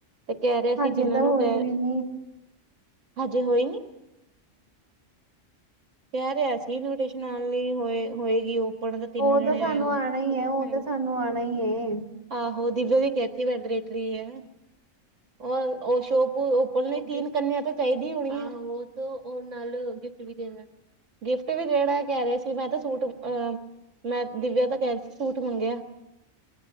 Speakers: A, on the right (about 65°); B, on the right (about 30°).
A: ਤੇ ਕਹਿ ਰਿਆ ਸੀ
B: ਹਜੇ
A: ਇਹਨਾਂ
B: ਤਾਂ
A: ਨੂੰ
B: ਹੋਈ
A: ਕਹਿ,
B: ਵੀ ਨੀ।
A: ਹਜੇ ਹੋਈ ਨੀਂ। ਕਹਿ ਰਿਆ ਸੀ ਇਨਵੀਟੇਸ਼ਨ ਨਾਲ ਨਹੀਂ ਹੋਏ, ਹੋਏਗੀ ਉਹ। ਪੜਨ ਤਾਂ ਤਿੰਨੋ
B: ਉਹ
A: ਜਣੇ
B: ਸਾਨੂੰ
A: ਆਏ ਹੁਣ
B: ਆਣਾ
A: <unintelligible>
B: ਈ ਐ, ਉਹ ਤਾਂ ਸਾਨੂੰ ਆਣਾ ਈ ਐ।
A: ਆਹੋ ਦਿਵਿਆ ਵੀ ਕੇਥੀ ਵੈਂਟਟਰੀ ਐ। ਉਹ ਓਸ਼ੋਪ ਓਪਨ ਨੇ ਤੀਨ ਕੰਨਿਆਂ ਤਾਂ ਚਾਈਦੀ ਹੋਣੀ ਏ, ਉਹ ਉਹ ਨਾਲ ਗਿਫਟ ਵੀ ਦੇਣਾ। ਗਿਫਟ ਵੀ ਜਿਹੜਾ ਕਹਿ ਰਿਹਾ ਸੀ, ਮੈਂ ਤਾਂ ਸੂਟ ਅ ਮੈਂ ਦਿਵਿਆ ਦਾ ਕਹਿ ਰੀ ਸੀ ਸੂਟ ਮੰਗਿਆ।